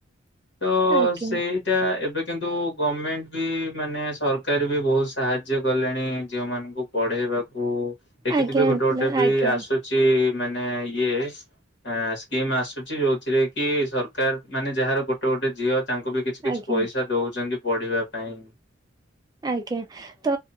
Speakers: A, on the left; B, on the right.
A: ତ
B: ଆଜ୍ଞା
A: ସେଇଟା ଏବେ କିନ୍ତୁ ଗମେଣ୍ଟ ବି ମାନେ ସରକାର ବି ବହୁତ ସାହାଯ୍ୟ କଲେଣି ଝିଅ ମାନଙ୍କୁ ପଢେଇବାକୁ ଦେଖିଥିବେ
B: ଆଜ୍ଞା
A: ଗୋଟେ ଗୋଟେ ବି
B: ଆଜ୍ଞା
A: ଆସୁଛି ମାନେ ଇଏ ଆ ସ୍କିମ୍ ଆସୁଛି ଯୋଉଥିରେ କି ସରକାର ମାନେ ଯାହାର ଗୋଟେ ଗୋଟେ ଝିଅ ତାଙ୍କୁ ବି କିଛି କିଛି
B: ଆଜ୍ଞା।
A: ପଇସା ଦଉଛନ୍ତି ପଢିବା ପାଇଁ
B: ଆଜ୍ଞା ତ